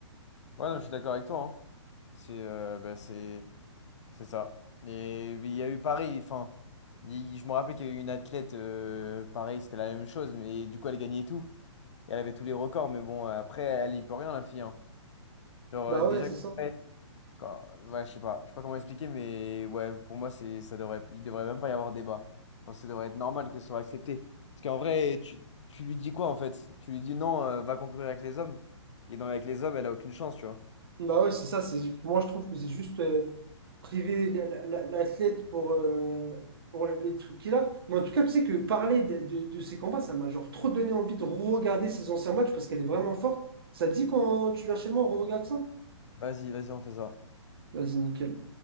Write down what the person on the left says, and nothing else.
Ouais, non, je suis d'accord avec toi. hein. C'est euh, bah, c'est c'est ça. Et il y a eu pareil, enfin, il- je me rappelle qu'il y a eu une athlète, euh, pareil, c'était la même chose, mais du coup, elle gagnait tout. Et elle avait tous les records, mais bon, après, elle y peut rien, la fille. hein. Genre,
euh, déjà.
Quand- Ouais, je sais pas, je sais pas comment expliquer, mais ouais, pour moi, c'est, ça devrait, il devrait même pas y avoir débat. Enfin, ça devrait être normal qu'elle soit acceptée. Parce qu'en vrai, tu, tu lui dis quoi en fait? Tu lui dis non, euh, va concourir avec les hommes. Et dans avec les hommes, elle a aucune chance, tu vois.
Vas-y, vas-y, on fait ça.